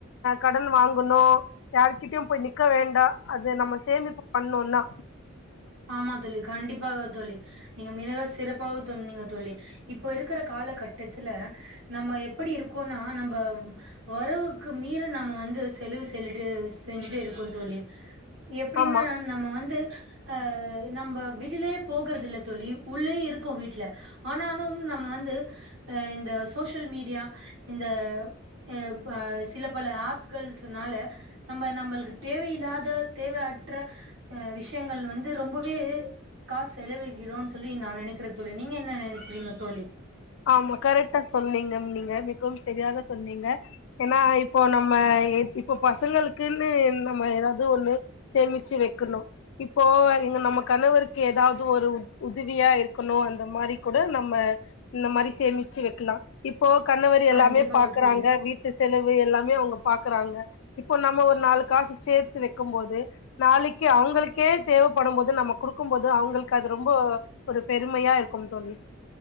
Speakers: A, on the left (about 65°); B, on the right (about 70°).
A: கடன் வாங்கணும் யார்க்கிட்டயும் போய் இருக்க வேண்டாம் அது நம்ம சேமிப்பு பண்ணுநோன
B: ஆமா தோழி கண்டிப்பாக தோழி நீங்க மிக சிறப்பாக தோன்னீங்க தோழி இப்ப இருக்கிற காலகட்டத்துல நம்ம எப்படி இருக்கோனா நம்ம வறவுக்கு மீற நம்ம வந்து செலவு செல்லிட்டு செஞ்சுட்டு இருக்கோம் தோழி எப்படின்ன
A: ஆமா
B: நம்ம வந்து அஹ் நம்ம வெலயே போகறது இல தோழி உள்ளேயே இருக்கோம் வீட்டுல ஆனாலும் நம்ம வந்து அஹ் இந்த சோசியல் மீடியா இந்த அஹ அஹ் சில பல ஆப்கள்ஸ்னால நம்ம நம்மளுக்கு தேவையில்லாத தேவையற்ற விஷயங்கள் வந்து ரொம்பவே காசு செலவுகிறோன்னு சொல்லி நா நெனக்கிற தோழி நீங்க என்ன நெனைக்கிறீங்க தோழி
A: ஆமா கரெக்டா சொன்னீங்க நீங்க மிகவும் செரியாக சொன்னீங்க ஏன்னா இப்போ நம்ம இப்போ பசங்களுக்குன்னு நம்ம ஏதாவது ஒண்ணு சேமிச்சு வைக்கணு இப்போ இங்க நம்ம கணவருக்கு ஏதாவது ஒரு உதவியா இருக்கணும் அந்த அந்த மாதிரி கூட நம்ம இந்த மாதிரி சேமிச்சு வைக்கலாம் இப்போ கணவர் எல்லாமே
B: கண்டிப்பாக
A: பாக்குறாங்க
B: தோழி
A: வீட்டு செலவு எல்லாமே அவுங்க பாக்கறாங்க இப்போ நம்ம ஒரு நாலு காசு சேத்து வைக்கும் போது நாளைக்கி அவுங்களுக்கே தேவப்படும் போது நம்ம குடுக்கும்போது அவுங்களுக்கு அது ரொம்ப ஒரு பெருமையா இருக்கும் தோழி